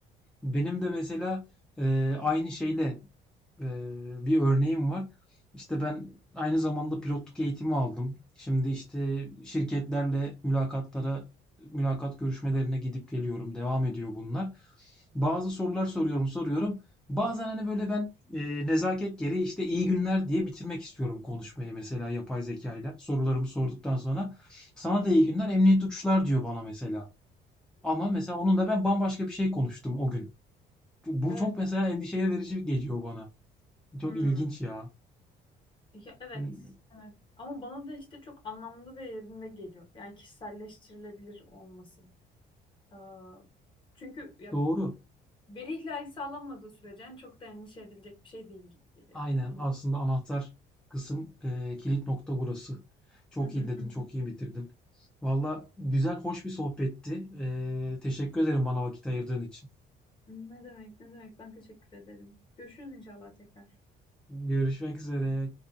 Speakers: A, in the centre; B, on the left.
A: Benim de mesela e, aynı şeyle Eee, bir örneğim var. İşte ben aynı zamanda pilotluk eğitimi aldım. Şimdi işte şirketlerle mülakatlara, mülakat görüşmelerine gidip geliyorum. Devam ediyor bunlar. Bazı sorular soruyorum, soruyorum. Bazen hani böyle ben eee, nezaket gereği işte iyi günler diye bitirmek istiyorum konuşmayı mesela yapay zekayla. Sorularımı sorduktan sonra sana da iyi günler, emniyet uçuşlar diyor bana mesela. Ama mesela onun da ben bambaşka bir şey konuştum o gün. Bu
B: Evet.
A: çok mesela endişe verici geliyor bana. Çok
B: Hmm.
A: ilginç ya.
B: Ya, evet.
A: Hmm,
B: Evet. Ama bana da işte çok anlamlı ve yerinde geliyor. Yani kişiselleştirilebilir olması. Ee, çünkü ya
A: Doğru.
B: Veri ihlali sağlanmadığı sürece yani çok da endişe edilecek bir şey değil gibi geliyor
A: Aynen.
B: yani.
A: Aslında anahtar kısım e, kilit nokta burası. Çok
B: Bilmiyorum.
A: iyi dedin, çok iyi
B: <laughs>
A: bitirdin. Valla güzel, hoş bir sohbetti. E, teşekkür ederim bana vakit ayırdığın için.
B: Ne demek, ne demek. Ben teşekkür ederim. Görüşürüz inşallah tekrar.
A: Görüşmek üzere.